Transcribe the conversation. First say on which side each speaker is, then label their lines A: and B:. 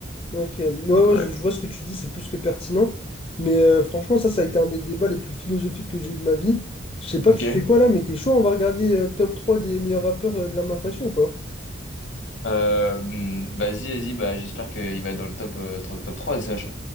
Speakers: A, on the left (about 30°); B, on the left (about 70°).
A: Ok, ouais,
B: Donc,
A: ouais,
B: ouais.
A: je, je vois ce que tu dis, c'est plus que pertinent. Mais euh, franchement, ça, ça a été un des débats les plus philosophiques que j'ai eu de ma vie. Je sais pas,
B: Ok.
A: tu fais quoi là, mais t'es chaud, on va regarder euh, top 3 des meilleurs rappeurs euh, de la MAF Fashion ou quoi?
B: Euh, hmm, vas-y, vas-y, bah, j'espère qu'il va être dans le top, euh, top 3 de S H.